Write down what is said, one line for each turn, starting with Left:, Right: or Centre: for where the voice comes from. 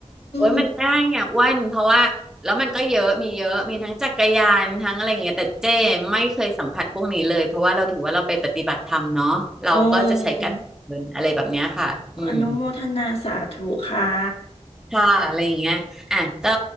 Centre: โอ้ยมันง่ายอ่ะอ้วนเพราะว่าแล้วมันก็เยอะมีเยอะมีทั้งจักรยานทั้งอะไรอย่างเงี้ยแต่เจ้ไม่เคยสัมผัสพวกนี้เลยเพราะว่าเราถือว่าเราไปปฏิบัติธรรมเนาะเราก็จะใช้การเดินอะไรแบบเนี้ยค่ะอืม
Left: มอืมอนุโมทนาสาธุค่ะ
Centre: ค่ะอะไรอย่างเงี้ยอ่ะก็